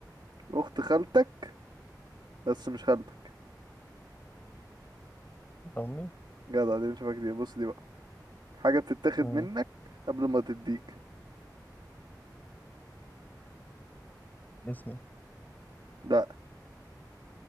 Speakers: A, on the right; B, on the left.
A: اخت خالتك بس مش خالتك
B: امي
A: جدع دي بنشوفها كتير بص دي بقى حاجه بتتاخد
B: امم
A: منك قبل ما تديك
B: اسمي
A: لا